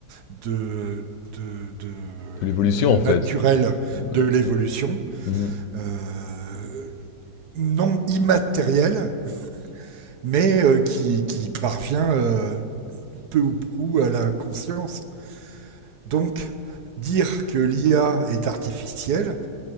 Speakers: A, on the right (about 65°); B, on the left (about 75°).
A: de, de, de
B: de l'évolution
A: euh,
B: en fait.
A: naturel
B: Ouais.
A: de l'évolution,
B: Mhm.
A: euh, non immatériel, mais euh, qui, qui parvient euh, peu ou prou à la conscience. Donc, dire que l'IA est artificielle,